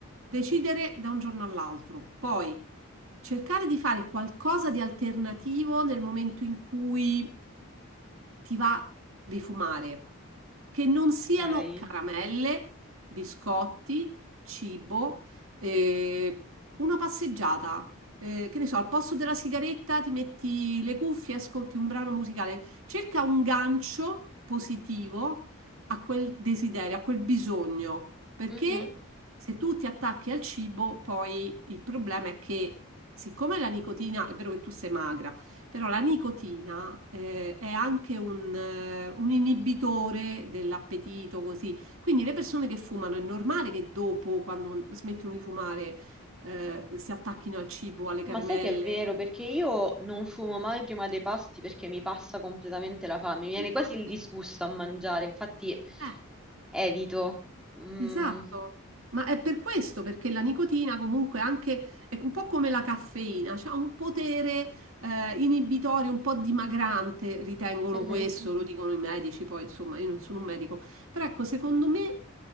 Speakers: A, on the right; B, in the centre.
A: decidere da un giorno all'altro. Poi cercare di fare qualcosa di alternativo nel momento in cui ti va di fumare, che non siano
B: Ok.
A: caramelle, biscotti, cibo, eh, una passeggiata. Eh, che ne so, al posto della sigaretta ti metti le cuffie, ascolti un brano musicale, cerca un gancio positivo a quel desiderio, a quel bisogno, perché
B: Mhm.
A: se tu ti attacchi al cibo, poi il problema è che siccome la nicotina, è vero che tu sei magra, però la nicotina eh, è anche un, eh, un inibitore dell'appetito, così. Quindi le persone che fumano è normale che dopo, quando smettono di fumare, eh, si attacchino al cibo, alle caramelle.
B: Ma sai che è vero, perché io non fumo mai prima dei pasti perché mi passa completamente la fame, mi viene
A: Infatti,
B: quasi il disgusto a mangiare, infatti
A: eh,
B: evito. Mm,
A: Esatto, ma è per questo, perché la nicotina comunque anche è un po' come la caffeina, ha un potere eh, inibitorio, un po' dimagrante, ritengono
B: mhm.
A: questo, lo dicono i medici, poi insomma io non sono un medico, però ecco, secondo me